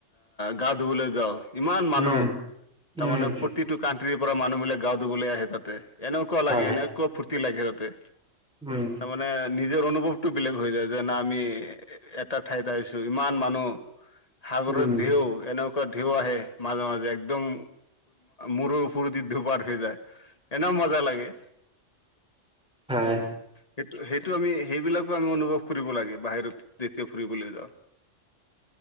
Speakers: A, on the left; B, in the centre.
A: গা ধবলে যাওঁ, ইমান মানুহ,
B: উম
A: তাৰমানে
B: উম
A: প্ৰতিটো কানট্ৰিৰ পৰা মানুহ বিলাক গাওঁ ধুবলৈ আহে তাতে, এনেকুৱা লাগে
B: হয়
A: এনেকুৱা ফূৰ্তি লাগে তাতে
B: উম।
A: মানে নিজৰ অনুভৱটো বেলেগ হৈ যায়, যেন আমি এটা ঠাইত আহিছো, ইমান মানুহ সাগৰৰ
B: উম
A: ঢেউ, এনেকুৱা ঢেউ আহে মাজে মাজে একদম মূৰৰ ওপৰদি ধুপাত হৈ যায়, এনেই মজা লাগে।
B: হয়।
A: সেইটো সেইটো আমি সেইবিলাকো আমি অনুভৱ কৰিব লাগে, বাহিৰত যেতিয়া ফুৰিবলৈ যাওঁ।